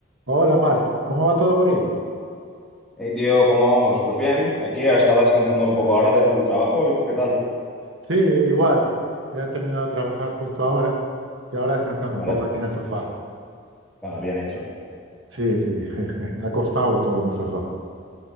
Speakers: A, on the right; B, in the centre.
A: Hola Marc, ¿cómo va todo por ahí?
B: Hey tío, ¿cómo vamos? Pues bien, aquí estaba descansando un poco ahora del trabajo. ¿Y tú qué tal?
A: Sí, igual. He terminado de trabajar justo ahora y ahora descansando
B: Vale,
A: un poco aquí en el sofá.
B: va bien hecho.
A: Sí, sí, <laughs> acostado y todo en el sofá.